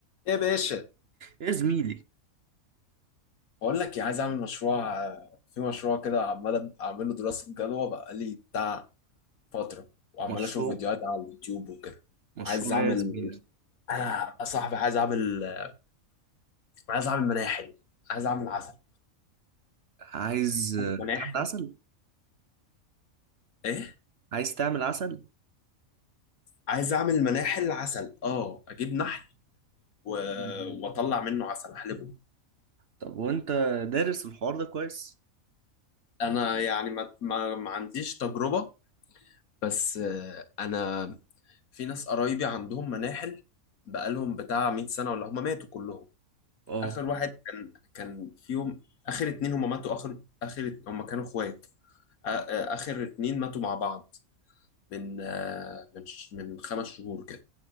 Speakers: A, on the left (about 80°); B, on the right (about 55°).
A: ايه يا باشا
B: يا زميلي
A: بقول لك إيه، عايز اعمل مشروع آه، في مشروع كده عمال اعمل له دراسه جدوى بقى لي بتاع فتره وعمال
B: مشروع
A: اشوف فيديوهات على اليوتيوب وكده
B: مشروع
A: عايز اعمل
B: يا زميلي
A: انا يا صاحبي عايز اعمل آه، عايز اعمل مناحل عايز اعمل عسل
B: عايز آه،
A: عايز مناحل
B: تعمل عسل
A: ايه
B: عايز تعمل عسل
A: عايز اعمل مناحل عسل اه اجيب نحل و...
B: مم.
A: واطلع منه عسل احلبه
B: طب وانت دارس الحوار ده كويس
A: انا يعني ما ما, ما عنديش تجربه بس آه، انا في ناس قرايبي عندهم مناحل بقالهم بتاع 100 سنه ولا هم ماتوا كلهم
B: اه
A: اخر واحد كان كان فيهم اخر اتنين هما ماتوا اخر اخر هما كانوا اخوات آ- آ- اخر اتنين ماتوا مع بعض من آ، من ش- من خمس شهور كده